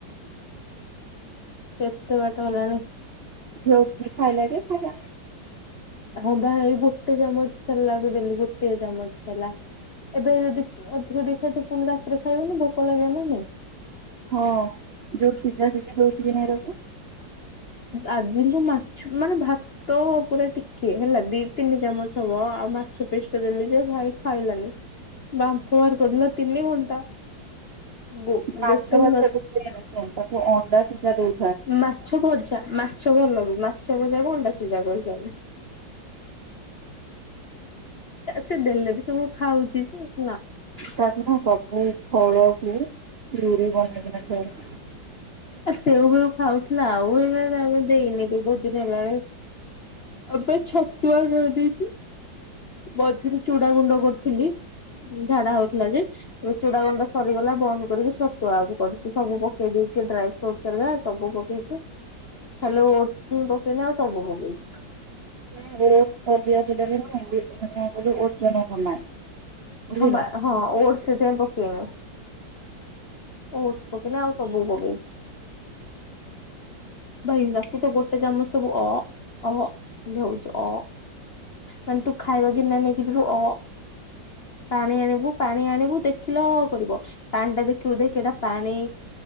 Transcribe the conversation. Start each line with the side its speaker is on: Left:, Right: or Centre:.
Left: କେତେବାଟ ହେଲାଣି।
Right: ଝିଅ ଉଠିକି ଖାଇଲାକି ଖାଇଲାନି?
Left: ହଁ ବା ଏଇ ଗୋଟେ ଚାମଚ ସେରଲାକ୍ ଦେଲି ଗୋଟେ ଚାମଚ ଖାଇଲା। ଏବେ ଯଦି ଅଧିକ ଟିକେ ଖାଇଥିବ ପୁଣି ରାତିରେ ଖାଇବନି ଭୋକ ଲାଗିବ ନା ନାହିଁ?
Right: ହଁ ଯୋଉ ସିଝା ସିଝି ଦଉଚୁ କି ନାଇଁ ତାକୁ?
Left: ଆଜି ଲୋ ମାଛ ମାନେ ଭା ତ ଉପରେ ଟିକେ ହେଲା ଦି ତିନି ଚାମଚ୍ ହବ ଆଉ ମାଛ ପିଶ୍ଟେ ଦେଲି ଯେ ଭାଇ ଖାଇଲାନି। ବାମ୍ପ ବାହାର କରିଦେଲା ତିନି ଘଣ୍ଟା। ଗୋ
Right: ମାଛ
Left: ଗୋଟେ ବି
Right: ଫାଛ
Left: ନ
Right: ଏତେ ଦେନା ଶୁଣୁ ତାକୁ ଅଣ୍ଡା ସିଝା ଦେ।
Left: ମାଛ ଭଜା ମାଛ ଭଲ ବି ମାଛ ଭଜାକୁ ଅଣ୍ଡା ସିଜା କହିଛନ୍ତି। ସେ ଦେଲେ ବି ସବୁ ଖାଉଛି ଯେ ନା।
Right: ତାକୁ ନା ସବୁ ଫଳକୁ ପ୍ୟୁରି ବନେଇକିନା ଛାଣେ।
Left: ଆ ସେଉ ଫେଉ ଖାଉଥିଲା ଆଉ ଏବେ ତା ବି ଦେଇନି ବହୁତ୍ ଦିନ ହେଲାଣି। ଏବେ ଛତୁଆ କରିଦେଇଚି। ମଝିରେ ଚୁଡାଗୁଣ୍ଡ କରୁଥିଲି ଝାଡା ହଉଥିଲା ଯେ। ଚୁଡାଗୁଣ୍ଡ ସରିଗଲା ବନ୍ଦ କରିକି ଛତୁଆକୁ କରୁଚି ସବୁ ପକେଇ ଦେଇଚି ଡ୍ରାଏ ଫ୍ରୁଟ୍ସ ସବୁ ପକେଇଚି ଖାଲି ଓଟସ୍ ହିଁ ପକେଇନି ଆଉ ସବୁ ପକେଇଚି।
Right: ଓଟ୍ସ୍ <unintelligible> ଦବୁନି। <unintelligible> କଣ କହିଲୁ ଓଜନ କମାଏ। ବୁଝିଲୁ
Left: ହଁ ବା ହଁ ଓଟ୍ସ୍ ସେଥିପାଇଁ ପକେଇନି। ଓଟ୍ସ୍ ପକେଇନି ଆଉ ସବୁ ପକେଇଛି। ଭାଇ ତାକୁ ତୁ ଗୋଟେ ଚାମଚ୍ ଦବୁ ଅ-ଅ ଖାଲି ହଉଛି ଅ। ମାନେ ତୁ ଖାଇବା ଗିନା ନେଇକି ଯିବୁ ଅ। ପାଣି ଆଣିବୁ ପାଣି ଆଣିବୁ ଦେଖିଲେ ଅ କରିବ। ପାଣିଟା ଦେଖିବୁ ଦେଖ୍ ଏଟା ପାଣି